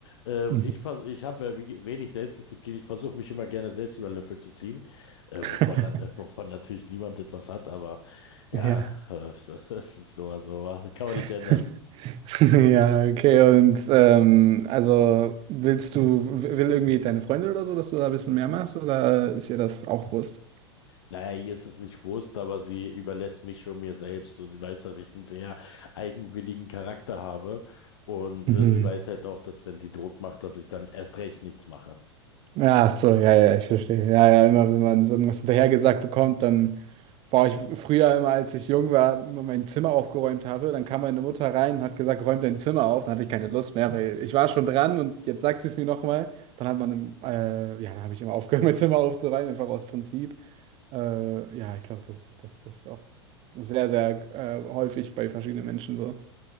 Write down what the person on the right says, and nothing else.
Mhm.
<laughs>
Ja.
<laughs>
Ja, okay, und ähm, also willst du, w- will irgendwie deine Freundin oder so, dass du da ein bisschen mehr machst oder ist ihr das auch bewusst?
Mhm.
Ja, ach so, ja, ja, ich verstehe. Ja, ja, immer wenn man so irgendwas hinterhergesagt bekommt, dann war ich früher immer, als ich jung war, immer mein Zimmer aufgeräumt habe, dann kam meine Mutter rein und hat gesagt, räum dein Zimmer auf. Dann hatte ich keine Lust mehr, weil ich war schon dran und jetzt sagt sie es mir nochmal. Dann hat man, äh, ja, dann habe ich immer aufgehört, <laughs> mein Zimmer aufzuräumen, einfach aus Prinzip. Äh, ja, ich glaube, das ist, das, das ist auch sehr, sehr äh, häufig bei verschiedenen Menschen so.